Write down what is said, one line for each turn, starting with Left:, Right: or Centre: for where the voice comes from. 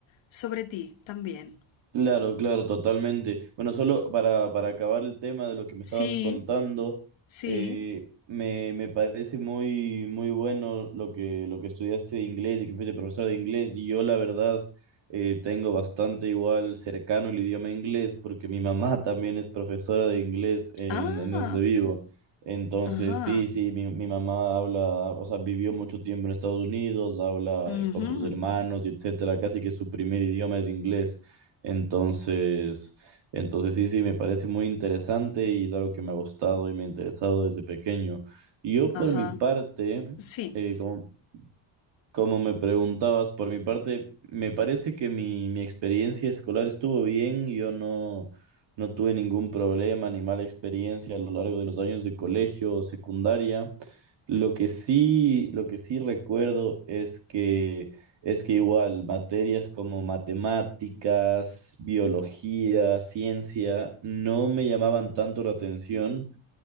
Left: sobre ti también.
Right: Claro, claro, totalmente. Bueno, solo para, para acabar el tema de lo que me estabas
Left: Sí,
Right: contando,
Left: sí.
Right: eh, me, me parece muy, muy bueno lo que, lo que estudiaste de inglés y que fuiste profesor de inglés. Y yo, la verdad, eh, tengo bastante igual cercano el idioma inglés porque mi mamá <laughs> también es profesora de inglés en,
Left: Ah.
Right: en donde vivo. Entonces,
Left: Ajá.
Right: sí, sí, mi, mi mamá habla, o sea, vivió mucho tiempo en Estados Unidos, habla
Left: ujú,
Right: eh, con sus hermanos y etcétera. Casi que su primer idioma es inglés. Entonces, entonces sí, sí, me parece muy interesante y es algo que me ha gustado y me ha interesado desde pequeño. Yo
Left: Ajá.
Right: por mi parte,
Left: Sí.
Right: eh, como- como me preguntabas, por mi parte, me parece que mi, mi experiencia escolar estuvo bien. Yo no, no tuve ningún problema ni mala experiencia a lo largo de los años de colegio o secundaria. Lo que sí, lo que sí recuerdo es que es que igual materias como matemáticas, biología, ciencia, no me llamaban tanto la atención